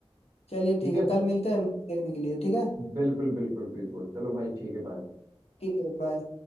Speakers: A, on the left; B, on the right.
A: चलिए
B: ठीक
A: ठीक
B: है
A: है कल मिलते हैं मूवी देखने के लिए ठीक है
B: बिल्कुल बिल्कुल बिल्कुल चलो भाई ठीक है बाय
A: ठीक है बाय